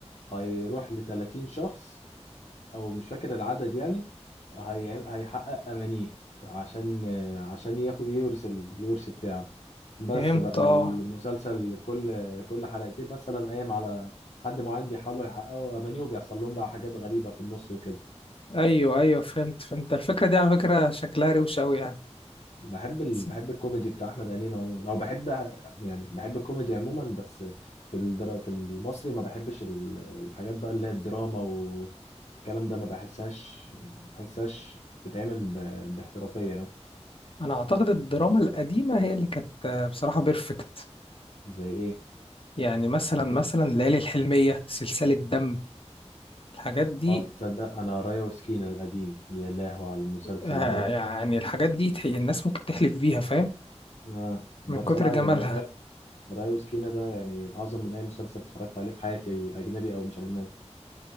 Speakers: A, on the left (about 75°); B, on the left (about 50°).
A: هيروح لتلاتين شخص أو مش فاكر العدد يعني هي... هيحقق أمانيه عشان عشان ياخد يورث ال- الورث بتاعه بس
B: فهمت
A: بقى
B: اه
A: والمسلسل كل كل حلقتين مثلا قايم على حد معين بيحاولوا يحققوا أمانيه وبيحصل لهم بقى حاجات غريبة في النص وكده
B: ايوه ايوه فهمت فهمت الفكرة دي على فكرة شكلها روش قوي يعني
A: بحب ال...
B: بس
A: بحب الكوميدي بتاع احمد امين عموما او بحب يعني بحب الكوميدي عموما بس في الدرا... في المصري ما بحبش ال- الحاجات بقى اللي هي الدراما والكلام ده ما بحسهاش ما بحسهاش تتعمل ب... باحترافية أوي.
B: انا اعتقد الدراما القديمة هي اللي كانت آه، بصراحة بيرفكت
A: زي ايه
B: يعني مثلا مثلا ليالي الحلمية سلسلة دم الحاجات دي
A: اه تصدق انا رايا وسكينة القديم يا لهو على المسلسل
B: آه
A: ده
B: يعني الحاجات دي تح- الناس ممكن تحلف بيها فاهم
A: آه. ده
B: من
A: بصراحة
B: كتر جمالها
A: يعني رايا رايا وسكينة ده يعني اعظم من اي مسلسل اتفرجت عليه في حياتي اجنبي او مش اجنبي